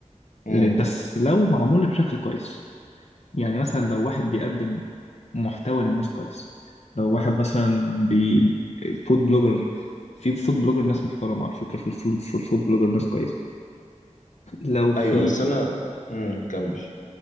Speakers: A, on the left; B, on the left.
A: امم
B: ل- بس لو معمول بشكل كويس يعني مثلا لو واحد بيقدم محتوى للناس كويس لو واحد مثلا بي فود بلوجر في فود بلوجر ناس محترمه على فكره في الفود في الفود بلوجر ناس كويسه لو في
A: ايوه بس انا امم كمل